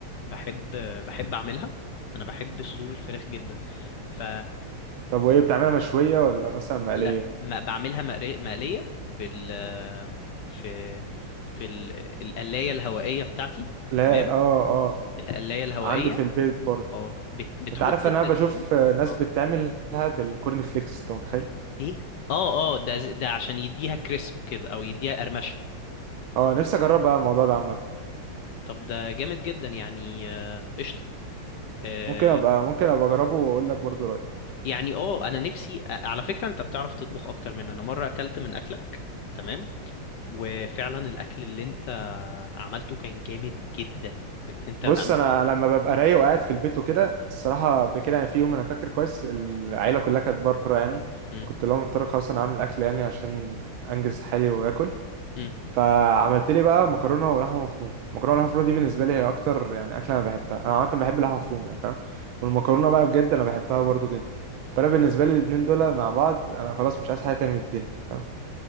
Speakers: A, on the left; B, on the right.
A: بحب بحب أعملها أنا بحب صدور الفراخ جدا ف
B: طب وايه بتعملها مشوية ولا مثلا مقلية
A: لا ما بعملها مقري- مقلية في ال في في ال- القلاية الهوائية بتاعتي
B: لا
A: تمام
B: اه اه
A: القلاية الهوائية
B: عندي في البيت برضه
A: اه بت... بتحط
B: انت عارف
A: التتبيله
B: انا بشوف آه، ناس
A: اه
B: بتعملها بالكورن فليكس انت متخيل
A: ايه اه اه ده ده عشان يديها كريسب كده او يديها قرمشه
B: اه نفسي اجرب بقى الموضوع ده عامة
A: طب ده جامد جدا يعني آه، قشطه آه،
B: ممكن ابقى ممكن ابقى اجربه واقول لك برضه رأيي
A: يعني اه انا نفسي آه، على فكره انت بتعرف تطبخ اكتر مني انا مره اكلت من اكلك تمام وفعلا الاكل اللي انت عملته كان جامد جدا انت انت
B: بص انا لما ببقى رايق وقاعد في البيت وكده الصراحة بكده يعني في يوم انا فاكر كويس العيلة كلها كانت بره يعني
A: امم
B: فكنت لهم مضطر خلاص انا عامل اكل يعني عشان انجز حالي واكل
A: امم
B: فعملت لي بقى مكرونه ولحمه مفرومه المكرونه واللحمه المفرومه دي بالنسبه لي هي اكتر يعني اكله انا بحبها انا عامه بحب اللحمه المفرومه يعني فاهم والمكرونه بقى بجد انا بحبها برضو جدا فانا بالنسبه لي الاثنين دول مع بعض انا خلاص مش عايز حاجه تاني من الدنيا فاهم